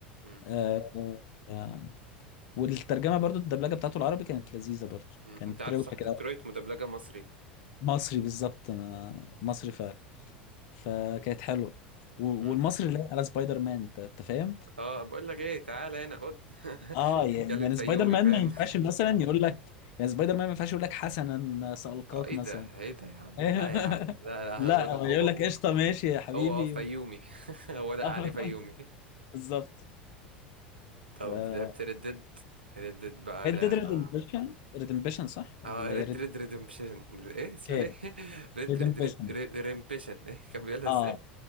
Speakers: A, on the right (about 80°); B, on the left (about 55°).
A: امم
B: آه آه، والترجمة برضو الدبلجة بتاعته العربي كانت لذيذة برضو
A: أمم.
B: كانت
A: انت عارف
B: روشة
A: صح ديترويت
B: كده
A: مدبلجه مصري
B: مصري بالظبط انا مصري فعلا فكانت حلوة و-
A: امم
B: والمصري لايق على سبايدر مان انت أنت فاهم
A: اه بقول لك ايه تعالى هنا خد <laughs>
B: اه يعني
A: بنتكلم
B: يعني
A: فيومي
B: سبايدر مان
A: فاهم
B: ما ينفعش مثلا يقول لك يعني سبايدر مان ما ينفعش يقول لك حسنا سألقاك
A: اه ايه
B: مثلا
A: ده ايه ده يا عم
B: <laughs>
A: لا يا عم لا لا
B: لا
A: انا بقول لك
B: هو يقول
A: هو هو
B: لك قشطه ماشي يا حبيبي
A: هو اه فيومي
B: و-
A: <laughs> هو لا
B: آه،
A: عليه
B: <laughs>
A: فيومي
B: بالظبط
A: طب
B: ف
A: لعبت ردد ردد بقى
B: ريد
A: لعبة
B: ديد ريدمبشن ريدمبشن صح ولا
A: اه
B: هي
A: ريد
B: ريد
A: ريد ريدمبشن ايه اسمها
B: اوكي
A: ايه <laughs> ريد
B: ريدمبشن
A: ريد ريد ريد- ريمبشن ايه كان بيقولها
B: اه
A: ازاي